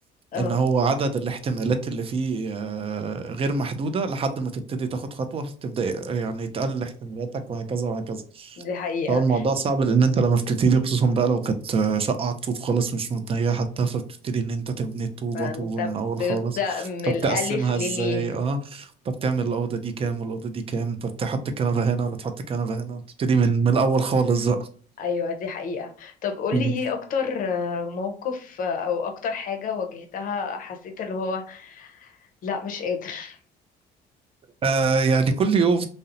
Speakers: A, on the left; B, on the right.
A: اه
B: ان هو عدد الاحتمالات اللي فيه آه، غير محدوده لحد ما تبتدي تاخد خطوه فتبدا يعني تقلل احتمالاتك وهكذا وهكذا
A: دي حقيقة
B: فهو الموضوع صعب لان انت لما بتبتدي خصوصا بقى لو كانت آه، شقه على الطوب خالص مش مبنيه حتى فبتبتدي ان انت تبني الطوبه
A: فانت
B: طوبه من اول
A: بتبدأ
B: خالص
A: من
B: طب
A: الألف
B: تقسمها
A: لليه
B: ازاي اه طب تعمل الاوضه دي كام والاوضه دي كام طب تحط الكنبه هنا ولا تحط الكنبه هنا تبتدي من من الاول خالص
A: ايوه دي حقيقة طب قولي
B: بقى
A: ايه اكتر آه، موقف آه، او اكتر حاجة واجهتها حسيت اللي هو لا مش قادر <laughs>
B: آه يعني كل يوم